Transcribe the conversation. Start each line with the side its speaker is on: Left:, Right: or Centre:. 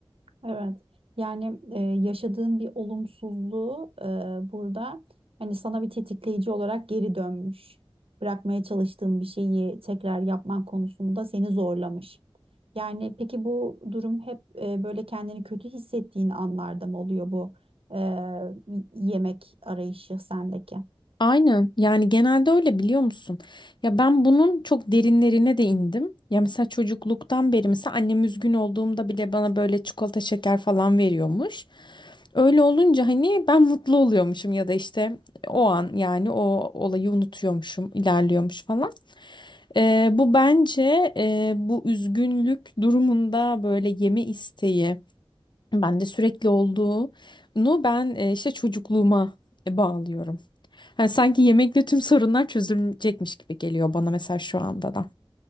Right: Evet. Yani e, yaşadığın bir olumsuzluğu e, burada hani sana bir tetikleyici olarak geri dönmüş. Bırakmaya çalıştığın bir şeyi tekrar yapman konusunda seni zorlamış. Yani peki bu durum hep e, böyle kendini kötü hissettiğin anlarda mı oluyor bu e, yemek arayışı sendeki?
Left: Aynen yani genelde öyle biliyor musun? Ya ben bunun çok derinlerine de indim. Ya mesela çocukluktan beri mesela annem üzgün olduğumda bile bana böyle çikolata şeker falan veriyormuş. Öyle olunca hani ben mutlu oluyormuşum ya da işte o an yani o olayı unutuyormuşum, ilerliyormuş falan. Ee, bu bence e, bu üzgünlük durumunda böyle yeme isteği bende sürekli olduğunu ben e, işte çocukluğuma bağlıyorum. Hani sanki yemekle tüm sorunlar çözülecekmiş gibi geliyor bana mesela şu anda da.